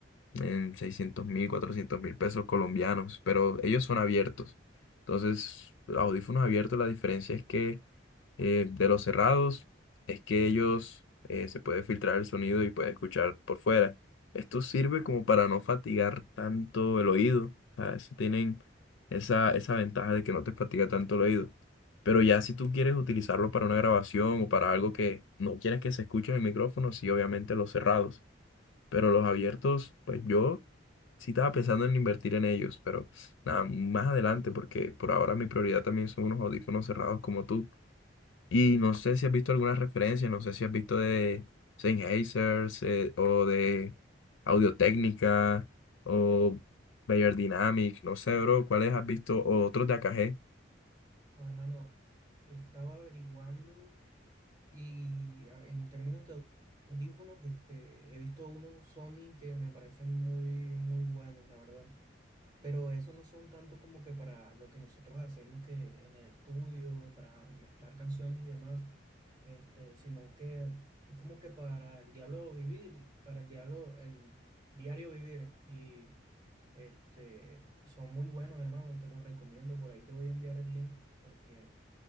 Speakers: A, on the left; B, on the right.
A: en seiscientos mil, cuatrocientos mil pesos colombianos, pero ellos son abiertos. Entonces, audífonos abiertos, la diferencia es que eh, de los cerrados es que ellos eh, se puede filtrar el sonido y puede escuchar por fuera. Esto sirve como para no fatigar tanto el oído. O sea, eso tienen esa, esa ventaja de que no te fatiga tanto el oído. Pero ya si tú quieres utilizarlo para una grabación o para algo que no quieres que se escuche en el micrófono, sí, obviamente los cerrados. Pero los abiertos, pues yo sí estaba pensando en invertir en ellos, pero nada, más adelante, porque por ahora mi prioridad también son unos audífonos cerrados como tú. Y no sé si has visto alguna referencia, no sé si has visto de Sennheiser se- o de Audio-Técnica o Bayer Dynamic, no sé, bro, cuáles has visto o otros de AKG.
B: Oh, hermano, estaba averiguando y ah, en términos de audífonos, este, he visto unos Sony que me parecen muy, muy buenos, la verdad. Pero eso no son tanto como que para lo que nosotros hacemos que en el estudio, para mezclar canciones y demás, este, sino que es como que para el diablo vivir, para el diablo, el diario vivir. Y este, son muy buenos, hermano, te los recomiendo. Por ahí te voy a enviar el link porque